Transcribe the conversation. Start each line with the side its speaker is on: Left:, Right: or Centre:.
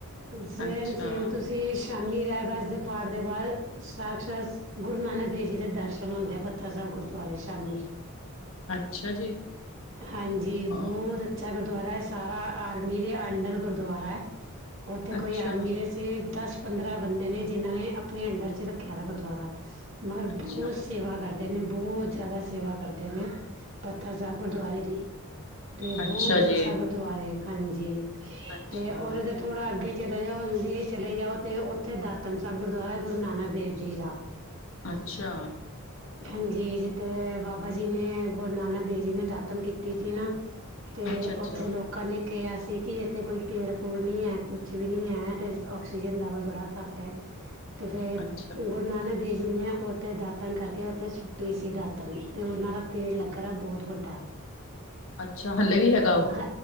Left: ਅੱਛਾ-ਅੱਛਾ
Right: ਸੇਮ ਸੇਮ ਤੁਸੀਂ- ਤੇ ਸ਼ਾਮੀ ਰਹਿਰਾਸ ਦੇ ਪਾਠ ਦੇ ਬਾਅਦ ਸ਼ਾਖਸ਼ਾਤ ਗੁਰੂ ਨਾਨਕ ਦੇਵ ਜੀ ਦੇ ਦਰਸ਼ਨ ਹੁੰਦੇ ਪੱਥਰ ਸਾਬ ਗੁਰਦੁਆਰੇ ਸ਼ਾਮੀ।
Left: ਅੱਛਾ ਜੀ
Right: ਹਾਂਜੀ
Left: ਹਾਂ-
Right: ਬਹੁਤ ਅੱਛਾ ਗੁਰਦੁਆਰਾ ਐ ਸਾਰਾ ਆਰਮੀ ਦੇ ਅੰਡਰ ਗੁਰਦੁਆਰਾ ਐ ਉੱਥੇ
Left: ਅੱਛਾ-ਅੱਛਾ
Right: ਕੋਈ ਆਰਮੀ ਦੇ ਤੇ ਦਸ-ਪੰਦਰਾਂ ਬੰਦੇ ਨੇ ਜਿਨਾਂ ਨੇ ਆਪਣੇ ਅੰਡਰ ਚ ਰੱਖਿਆ ਗੁਰਦੁਆਰਾ। ਮਗਰ
Left: ਅੱਛਾ
Right: ਬਹੁਤ ਸੇਵਾ ਕਰਦੇ ਨੇ, ਬਹੁਤ ਜ਼ਿਆਦਾ ਸੇਵਾ ਕਰਦੇ ਨੇ। ਪੱਥਰ ਸਾਹਿਬ ਗੁਰਦੁਆਰੇ ਦੀ, ਤੇ ਬਹੁਤ
Left: ਅੱਛਾ
Right: ਅੱਛਾ
Left: ਜੀ
Right: ਗੁਰਦੁਆਰੇ ਹਾਂਜੀ।
Left: ਅੱਛਾ
Right: ਤੇ ਉਹਦੇ ਤੇ- ਥੋੜਾ ਅੱਗੇ ਚਲੇ ਜਾਓ ਚਲੇ ਜਾਓ ਤੇ ਉੱਥੇ ਦਾਤਨ ਸਾਹਿਬ ਗੁਰਦੁਆਰਾ ਗੁਰੂ ਨਾਨਕ ਦੇਵ ਜੀ ਦਾ।
Left: ਅੱਛਾ।
Right: ਹਾਂਜੀ ਜੀ ਤੇ ਬਾਬਾ ਜੀ ਨੇ ਗੁਰੂ ਨਾਨਕ ਦੇਵ ਜੀ ਨੇ ਦਾਤਨ ਕੀਤੀ ਸੀ ਨਾ। ਤੇ
Left: ਅੱਛਾ-ਅੱਛਾ
Right: ਓਥੇ ਲੋਕ ਕੇ ਕਿਹਾ ਸੀ ਕਿ ਇੱਥੇ ਕੋਈ ਪੇੜ ਪੂੜ ਨਹੀਂ ਹੈ ਕੁਛ ਵੀ ਨਹੀਂ ਹੈ, ਤੇ ਆਕਸੀਜਨ ਲੈਵਲ ਬੜਾ ਘੱਟ ਐ। ਤੇ ਫੇਰ
Left: ਅੱਛਾ ਅੱਛਾ
Right: ਗੁਰੂ ਨਾਨਕ ਦੇਵ ਜੀ ਨੇ ਉੱਥੇ ਦਾਤਨ ਕਰ ਉੱਥੇ ਸੁੱਟੀ ਸੀ ਦਾਤਨ ਤੇ ਉਹਨਾਂ ਦਾ ਪੇੜ ਲੱਗ ਰਿਹਾ ਬਹੁਤ ਵੱਡਾ।
Left: ਅੱਛਾ ਹਲੇੇ ਵੀ ਹੈਗਾ ਉਹ?
Right: ਹ